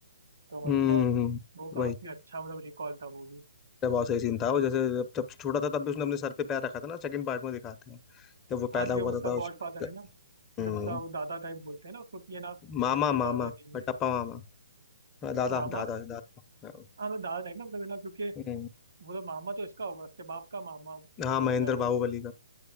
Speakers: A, on the right (about 75°); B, on the left (about 20°).
A: तो
B: हम्म
A: मतलब वो काफी
B: वही
A: अच्छा मतलब रिकॉल था वो भी
B: तो बहुत सही सीन था वो जैसे जब जब छोटा था तब भी उसने अपने सर पे पैर रखा था ना सेकंड पार्ट में दिखाते हैं जब वो
A: हाँ
B: पैदा
A: क्योंकि
B: हुआ
A: उसका
B: था, था उस
A: गॉड फादर है ना
B: हम्म,
A: मतलब उसका वो दादा टाइप बोलते हैं ना उसको कि है ना
B: मामा
A: इसके
B: मामा
A: दादा नहीं
B: कटप्पा
A: है
B: मामा हाँ, दादा
A: हाँ मामा
B: दादा दादा हाँ
A: हाँ मतलब दादा टाइप ना मतलब है ना क्योंकि
B: हम्म,
A: वो तो मामा तो इसका होगा उसके बाप का मामा
B: हाँ,
A: बोलता
B: महेंद्र
A: है वो
B: बाहुबली का